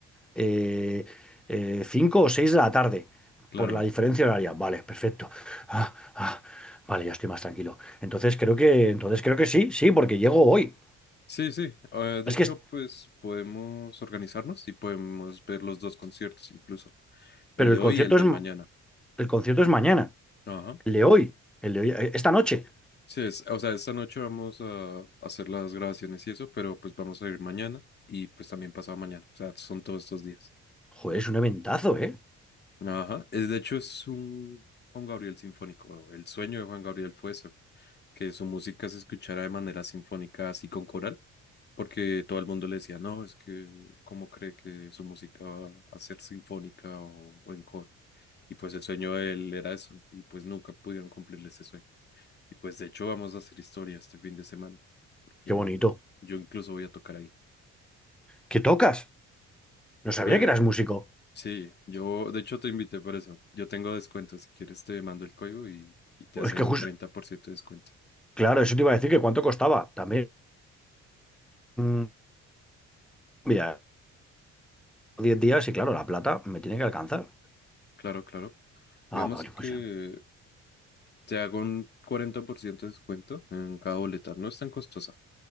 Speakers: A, in the centre; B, on the left (about 35°).
A: eh, eh, 5 o 6 de la tarde,
B: claro.
A: por la diferencia horaria. Vale, perfecto. Ah, ah, vale, ya estoy más tranquilo. Entonces creo que, entonces creo que sí, sí, porque llego hoy.
B: Sí, sí. eh, de
A: Es
B: hecho,
A: que, es-
B: pues podemos organizarnos y podemos ver los dos conciertos incluso, el
A: pero
B: de
A: el
B: hoy
A: concierto
B: y el de
A: es,
B: mañana.
A: el concierto es mañana,
B: Ajá.
A: el de hoy, el de hoy, eh, esta noche.
B: Sí, es, o sea, esta noche vamos a hacer las grabaciones y eso, pero pues vamos a ir mañana y pues también pasado mañana. O sea, son todos estos días.
A: Joder, es un eventazo, ¿eh?
B: Ajá. Es, de hecho, es un Juan Gabriel sinfónico. El sueño de Juan Gabriel fue eso, que su música se escuchara de manera sinfónica, así con coral, porque todo el mundo le decía, no, es que, ¿cómo cree que su música va a ser sinfónica o, o en coro? Y pues el sueño de él era eso, y pues nunca pudieron cumplirle ese sueño. Y pues de hecho vamos a hacer historia este fin de semana, porque
A: Qué bonito.
B: yo incluso voy a tocar ahí.
A: ¿Qué tocas? No sabía
B: Pues,
A: que eras músico.
B: Sí, yo de hecho te invité por eso. Yo tengo descuento, si quieres te mando el código y, y te hacen
A: Es que justo,
B: treinta por ciento de descuento.
A: claro, eso te iba a decir que cuánto costaba. También, mm, mira, 10 días y claro, la plata me tiene que alcanzar.
B: Claro, claro.
A: Ah,
B: Digamos
A: vale,
B: que
A: pues ya.
B: te hago un 40% de descuento en cada boleta. No es tan costosa,